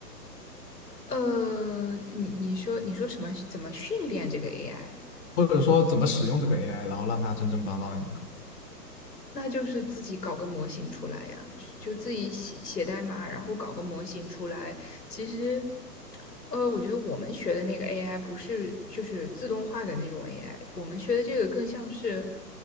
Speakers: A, on the left; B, on the left.
A: 呃，你你说你说什么？怎么训练这个 AI？
B: 或者说怎么使用这个 AI，然后让它真正帮到你呢？
A: 那就是自己搞个模型出来呀，就自己写写代码，然后搞个模型出来。其实，呃，我觉得我们学的那个 AI 不是就是自动化的那种 AI，我们学的这个更像是，